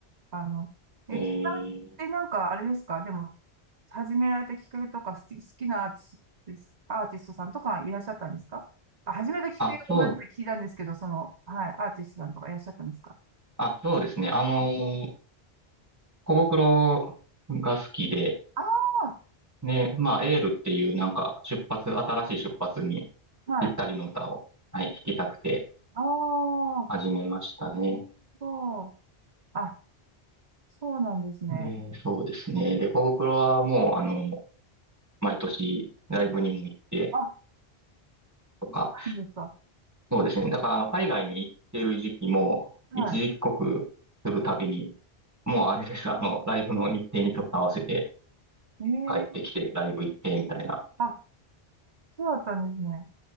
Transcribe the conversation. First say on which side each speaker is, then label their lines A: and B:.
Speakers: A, on the right; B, on the right.
A: あの、
B: えー、
A: え、ギターってなんかあれですかでも、始められたきっかけとか、好き、好きなアーティストです、アーティストさんとかいらっしゃったんですかあ、始めたきっかけごめんなさい、
B: あ、そう、
A: 聞いたんですけど、その、はい、アーティストさんとかいらっしゃったんですか
B: あ、そうですね。あの小袋が好きで、
A: ああ
B: ねまあ、エールっていうなんか出発、新しい出発に
A: ー、はい。
B: ぴったりの歌を、はい、弾きたくて
A: ああ、
B: 始めましたね。
A: なるほど。あ、そうなんですね。
B: で、そうですね。
A: うん
B: で、小袋はもう、あの、毎年ライブにも行って
A: あ、
B: とか、
A: そうなんですか。
B: そうですね。だから、あの、海外に行ってる時期も、
A: は
B: 一時帰国するたびに、もうあれです。<laughs> あの、ライブの日程にちょっと合わせて
A: い。
B: 帰ってきて、
A: ええ
B: ライブ行って、みたいな。
A: あ、そうだったんですね。